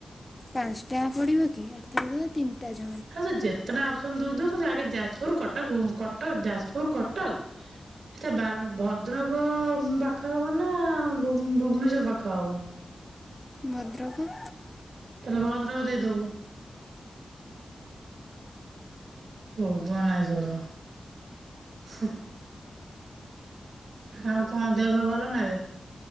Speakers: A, on the left; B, on the right.
A: ପାଞ୍ଚଟା ପଡିବ କି ଏଥରେ ଗଲେ ତିନଟା ଜ
B: ଆଉ ସେ ଯେତେଟା ଅପସନ୍ ଦଉଚି ଦଉ କିନ୍ତୁ ଆଗ ଯାଜପୁର କଟକ କଟକ ଯାଜପୁର କଟକ ଏଟା ବାର ଭଦ୍ରକ ପାଖ ହବ ନା ଭୁ ଭୁବନେଶ୍ଵର ପାଖ ହବ?
A: ଭଦ୍ରକ।
B: ତ ଭଦ୍ରକ ଦେଇଦବୁ। ଭୁବନେଶ୍ୱର ହୁଁ। ଆଉ କଣ ଦେହ ପା ଭଲ ନା ଏବେ?